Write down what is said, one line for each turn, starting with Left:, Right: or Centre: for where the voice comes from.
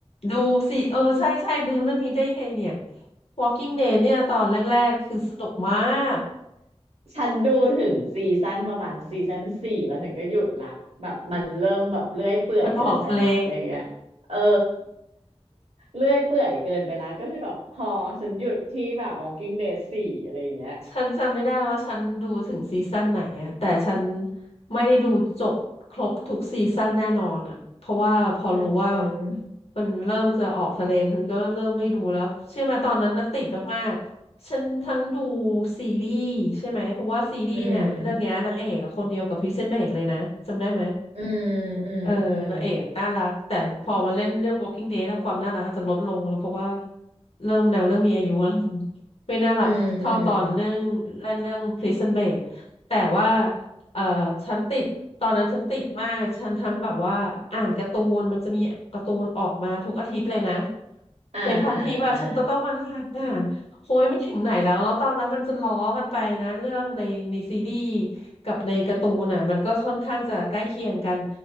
Left: ดูสิเออใช่ใช่ลืมเรื่องนี้ได้ยังไงเนี่ย Walking Dead เนี่ยตอนแรกๆคือสนุกมาก
Right: ฉันดูถึงซีซั่นประมาณซีซั่นสี่แล้วถึงก็หยุดละแบบมันเริ่มแบบเลื่อยเปื่อยเกินไปละอะไรอย่างเงี้ยเออ
Left: มันออกทะเล
Right: เลื่อยเปื่อยเกินไปละก็เลยแบบพอฉันหยุดที่แบบ Walking Dead สี่อะไรอย่างเงี้ย
Left: ฉันจำไม่ได้ว่าฉันดูถึงซีซั่นไหนอะแต่ฉันไม่ได้ดูจบครบทุกซีซั่นแน่นอนอะเพราะว่าพอรู้ว่า
Right: อืม
Left: มันเริ่มจะออกทะเลฉันก็เริ่มไม่ดูแล้วเชื่อไหมตอนนั้นน่ะติดมากๆฉันทั้งดูซีรีส์ใช่ไหมเพราะว่าซีรีส์เนี่ยเรื่องเนี้ยนางเอกอะคนเดียวกับพริซเซ้นเบรกเลยนะจำได้ไหม
Right: อืมอืมอืมอืม
Left: เออนางเอกน่ารักแต่พอมาเล่นเรื่อง Walking Dead อะความน่ารักอาจจะลดลงเพราะว่าเริ่มนางเริ่มมีอายุแล้ว <laughs> ไม่น่ารักเท่าตอนเรื่องเล่นเรื่อง
Right: อืมอืม
Left: Prison Break แต่ว่าเออฉันติดตอนนั้นฉันติดมากฉันทั้งแบบว่าอ่านการ์ตูนมันจะมีการ์ตูนออกมาทุกอาทิตย์เลยนะ
Right: อ่าอ่าอ่า
Left: ในพันทิปอะฉันจะต้องมานั่งอ่านโอ้ยมันถึงไหนแล้วแล้วตอนนั้นมันจะล้อกันไปนะเรื่องในในซีรีส์กับในการ์ตูนอะมันก็ค่อนข้างจะใกล้เคียงกัน